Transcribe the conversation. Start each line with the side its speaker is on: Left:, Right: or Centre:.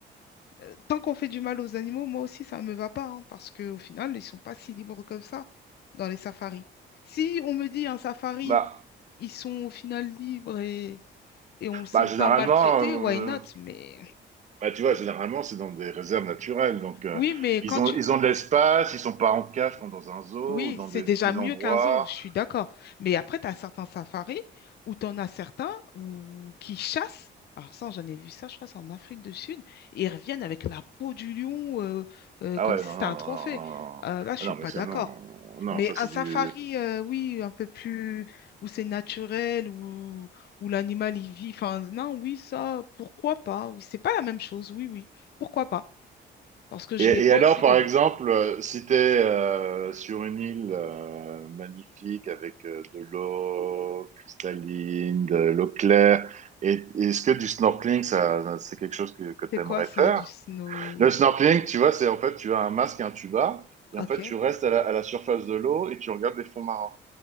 Left: euh, tant qu'on fait du mal aux animaux, moi aussi, ça ne me va pas, hein, parce qu'au final, ils sont pas si libres comme ça dans les safaris. Si on me dit un safari,
Right: Bah,
Left: ils sont au final libres et et on, si
Right: bah
Left: on
Right: généralement,
Left: pas maltraité, why
Right: euh,
Left: not? Mais
Right: bah, tu vois, généralement, c'est dans des réserves naturelles. Donc, euh,
Left: oui, mais
Right: ils
Left: quand
Right: ont,
Left: tu vois,
Right: ils ont de l'espace, ils sont pas en cage comme dans un zoo
Left: oui,
Right: ou dans
Left: c'est
Right: des
Left: déjà
Right: petits
Left: mieux
Right: endroits.
Left: qu'un zoo, je suis d'accord. Mais après, tu as certains safaris où tu en as certains où... qui chassent. Alors ça, j'en ai vu ça, je crois, c'est en Afrique du Sud. Et ils reviennent avec la peau du lion euh, euh,
Right: Ah
Left: comme
Right: ouais,
Left: si
Right: non,
Left: c'était
Right: non,
Left: un
Right: non,
Left: trophée.
Right: non. non.
Left: Euh, là, je
Right: Ah
Left: suis
Right: non,
Left: pas
Right: mais ça,
Left: d'accord.
Right: non, non,
Left: Mais
Right: ça c'est
Left: un safari,
Right: du,
Left: euh, oui, un peu plus où c'est naturel, où, où l'animal y vit. Enfin, non, oui, ça, pourquoi pas? C'est pas la même chose, oui, oui, pourquoi pas? parce que je
Right: Et,
Left: les vois
Right: et alors,
Left: aussi
Right: par
Left: de loin.
Right: exemple, euh, si tu es sur une île euh, magnifique avec euh, de l'eau cristalline, de l'eau claire, et- est-ce que du snorkeling, ça, ça- c'est quelque chose que, que tu
Left: C'est
Right: aimerais
Left: quoi ça,
Right: faire?
Left: du snow?
Right: Le snorkeling, tu vois, c'est en fait, tu as un masque et un tuba, et
Left: Ok.
Right: en fait, tu restes à la, à la surface de l'eau et tu regardes les fonds marins.